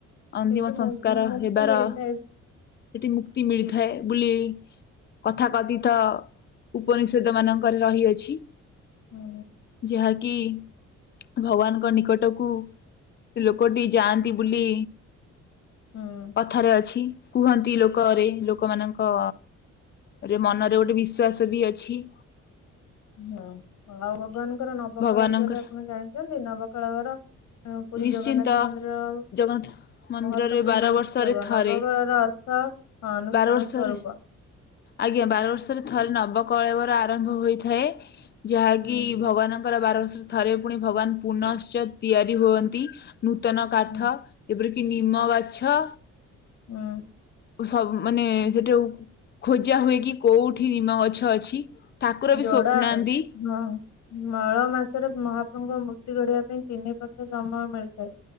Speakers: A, on the left; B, on the left.
A: ଅନ୍ତିମ
B: କେତେ
A: ସଂସ୍କାର
B: ମୁ ମୁକ୍ତି
A: ହେବାର
B: ମିଳିଥାଏ
A: ସେଠି ମୁକ୍ତି
B: ଏ
A: ମିଳିଥାଏ
B: ଯେ
A: ବୁଲି କଥା କଥିତ ଉପନିଷେଦ ମାନଙ୍କରେ ରହିଅଛି।
B: ହୁଁ
A: ଯାହାକି ଭଗବାନଙ୍କ ନିକଟକୁ ସେ ଲୋକଟି ଯାଆନ୍ତି ବୁଲି
B: ହଁ।
A: କଥାରେ ଅଛି। କୁହନ୍ତି ଲୋକରେ ଲୋକମାନଙ୍କ ରେ ମନରେ ଗୋଟେ ବିଶ୍ଵାସ ବି ଅଛି।
B: ହଁ ଆଉ ଭଗବାନଙ୍କର ନବକଳ
A: ଭଗବାନଙ୍କର
B: ବିସୟରେ ଆପଣ ଜାଣିଚନ୍ତି? ନବକଳବର ଅ, ପୁରୀ
A: ନିଶ୍ଚିନ୍ତ
B: ଜଗନ୍ନାଥ ମନ୍ଦିର ଆଉ
A: ଜଗନ୍ନାଥ ମନ୍ଦିରରେ
B: ମହତ୍ବପୂର୍ଣ୍ଣ
A: ବାର ବର୍ଷରେ
B: ଉତ୍ସବ।
A: ଥରେ
B: ନବକଳେର ଅ ର୍ଥ ହଁ ନୂତନ
A: ବାର ବର୍ଷରେ
B: ସ୍ଵରୂପ।
A: ଆଜ୍ଞା ବାର ବର୍ଷରେ ଥରେ ନବକଳେବର ଆରମ୍ଭ ହୋଇଥାଏ। ଯାହାକି
B: ହୁଁ
A: ଭଗବାନଙ୍କର ବାର ବର୍ଷର ଥରେ ପୁଣି ଭଗବାନ ପୁନଶ୍ଚ ତିଆରି ହୁଅନ୍ତି। ନୂତନ କାଠ
B: ହୁଁ
A: ଯେପରିକି ନିମ ଗଛ
B: ହୁଁ।
A: ସବୁ ମାନେ ସେଠାଉ କୁ ଖୋଜା ହୁଏ କି କୋଉଠି ନିମ ଗଛ ଅଛି। ଠାକୁର ବି
B: ଯୋଡା
A: ସ୍ୱପ୍ନାନ୍ତି।
B: ହଁ। ମଳ ମାସରେ ମହାପ୍ରଭୁଙ୍କ ମୂର୍ତି ଗଢିବା ପାଇଁ ତିନି ପକ୍ଷ ସମୟ ମିଳିଥାଏ।